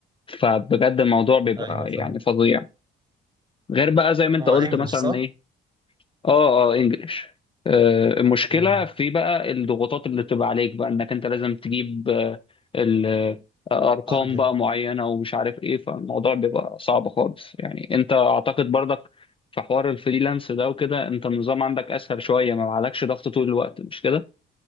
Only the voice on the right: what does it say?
ايوه صح
هو
انجلش
صح
مم.
ارجل